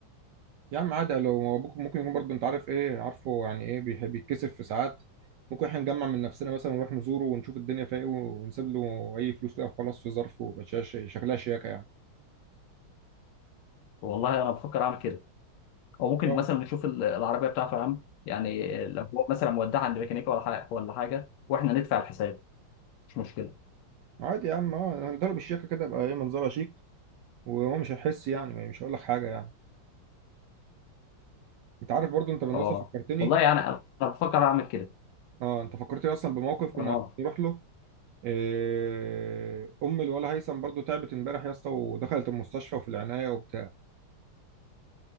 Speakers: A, on the right; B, on the left.
A: يا عم عادي لو هو ممكن ممكن يكون برضه انت عارف ايه عارفه يعني ايه بيحب يتكسف في ساعات ممكن احنا نجمع من نفسنا مثلا ونروح نزوره ونشوف الدنيا فيها ايه ونسيب له اي فلوس كده وخلاص في ظرف ويبقى شا- شا- شكلها شياكه يعني
B: والله انا بفكر اعمل كده او ممكن
A: اه
B: مثلا نشوف ال- العربيه بتاعته يا عم يعني لو هو مثلا مودعها عند ميكانيكا ولا حاجه ولا حاجه واحنا ندفع الحساب مش مشكله
A: عادي يا عم اه هنضرب بالشياكه كده يبقى ايه منظرها شيك وهو مش هيحس يعني مش هقول لك حاجه يعني انت عارف برضه انت بالمناسبه
B: اه
A: فكرتني
B: والله يعني انا أنا بفكر اعمل كده
A: اه انت فكرتني اصلا بموقف كنا
B: اه
A: عايزين نروح له إيه ام الولا هيثم برضه تعبت امبارح يا اسطى ودخلت المستشفى وفي العنايه وبتاع